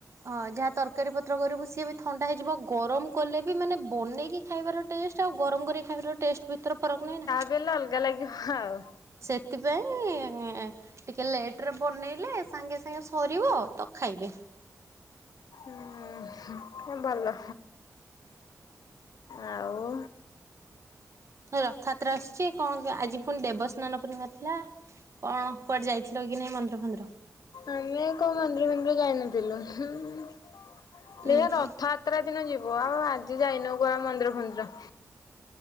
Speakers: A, on the right; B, on the left.
A: ହଁ ଯାହା ତରକାରୀ ପତ୍ର କରିବୁ ସିଏ ବି ଥଣ୍ଡା ହେଇଯିବ, ଗରମ କଲେ ବି ମାନେ ବନେଇକି ଖାଇବାର ଟେଷ୍ଟ ଆଉ ଗରମ କରି ଖାଇବାର ଟେଷ୍ଟ ଭିତରେ ଫରକ ନାହିଁନା।
B: ବେଲ ଅଲଗା ଲାଗିବ ଆଉ।
A: ସେଥିପାଇଁ-ଇ-ଇ-ଇ-ଇ ଟିକେ ଲେଟରେ ବନେଇଲେ ସାଙ୍ଗେ ସାଙ୍ଗେ ସରିବ ତ ଖାଇବେ।
B: ଉ ହୁଁ ଭଲ ଆଉ
A: ରଥଯାତ୍ରା ଆସୁଚି, କଣ ଆଜି ପୁଣି ଦେବସ୍ନାନ ପୂର୍ଣିମା ଥିଲା। କଣ କୁଆଡ଼େ ଯାଇଥିଲ କି ନାଇଁ ମନ୍ଦିର ଫନ୍ଦିର?
B: ଆମେ କୋଉ ମନ୍ଦିର ଫନ୍ଦିର ଯାଇନଥିଲୁ ହୁଁ-ଉ-ଉ
A: ଉୁଁ
B: ଦେଖ ରଥଆ
A: ହୁଁ
B: ଯାତ୍ରା ଦିନ ଯିବ ଆଉ ଆଜି ଯାଇନୁ କୁଆଡ଼େ ମନ୍ଦିର ଫନ୍ଦିର।